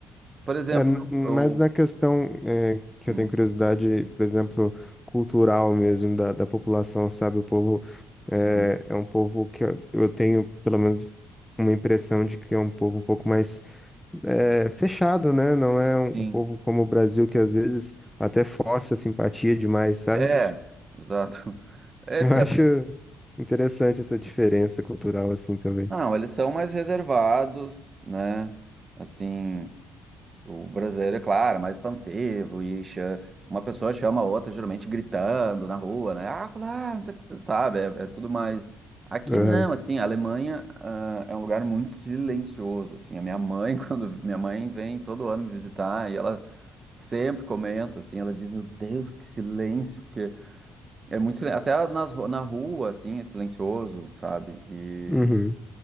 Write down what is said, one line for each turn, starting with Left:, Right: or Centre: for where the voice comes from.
Right: Por exemplo,
Centre: É, n- mas
Right: eu...
Centre: na questão, é, que
Right: Hum,
Centre: eu tenho curiosidade, por exemplo, cultural mesmo, da, da população, sabe? O povo
Right: Sim,
Centre: é, é um povo que eu, eu tenho, pelo menos, uma impressão de que é um povo um pouco mais é, fechado, né? Não é um,
Right: sim.
Centre: um povo como o Brasil, que às vezes até força a simpatia demais, sabe?
Right: É, exato. <laughs> É,
Centre: Eu acho interessante essa diferença cultural assim também.
Right: Não, eles são mais reservados, né? Assim, o brasileiro, é claro, é mais expansivo e cha- uma pessoa chama a outra, geralmente gritando na rua, né? Ah, fala, ah, não sei o que você sabe, é, é tudo mais. Aqui
Centre: Aham.
Right: não, assim, a Alemanha, ah, é um lugar muito silencioso, assim. A minha mãe, <laughs> quando minha mãe vem todo ano me visitar e ela sempre comenta, assim, ela diz, meu Deus, que silêncio, porque é muito silen- até nas, ru- na rua, assim, é silencioso, sabe? E
Centre: Uhum.